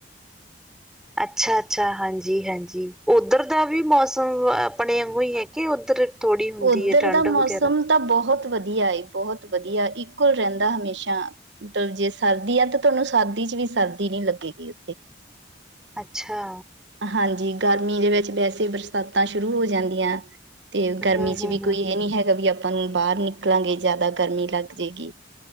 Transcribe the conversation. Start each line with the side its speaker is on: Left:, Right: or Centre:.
Centre: ਅੱਛਾ ਅੱਛਾ ਹਾਂਜੀ ਹਾਂਜੀ ਉੱਧਰ ਦਾ ਵੀ ਮੌਸਮ ਆਪਣੇ ਅਗੋਂ ਹੀ ਹੈ ਕਿ ਉੱਧਰ ਥੋੜ੍ਹੀ ਹੁੰਦੀ
Right: ਉੱਧਰ
Centre: ਹੈਏ ਠੰਢ
Right: ਦਾ ਮੌਸਮ
Centre: ਵਗੈਰਾ
Right: ਤਾਂ ਬਹੁਤ ਵਧੀਆ ਏ ਬਹੁਤ ਵਧੀਆ ਇਕੁਲ ਰਹਿੰਦਾ ਹਮੇਸ਼ਾ ਮਤਲਬ ਜੇ ਸਰਦੀ ਆ ਤਾਂ ਤੁਹਾਨੂੰ ਸਰਦੀ ਚ ਵੀ ਸਰਦੀ ਨੀ ਲੱਗੇਗੀ ਉੱਥੇ
Centre: ਅੱਛਾ
Right: ਹਾਂਜੀ। ਗਰਮੀ ਦੇ ਵਿੱਚ ਵੈਸੇ ਬਰਸਾਤਾਂ ਸ਼ੁਰੂ ਹੋ ਜਾਂਦੀਆਂ। ਤੇ ਗਰਮੀ
Centre: ਹੂੰ ਹੂੰ
Right: ਚ ਵੀ
Centre: ਹੂੰ
Right: ਕੋਈ ਏਹ ਨੀ ਹੈਗਾ ਵੀ ਆਪਾਂ ਨੂੰ ਬਾਹਰ ਨਿਕਲਾਂਗੇ ਜ਼ਿਆਦਾ ਗਰਮੀ ਲੱਗ ਜੇਗੀ।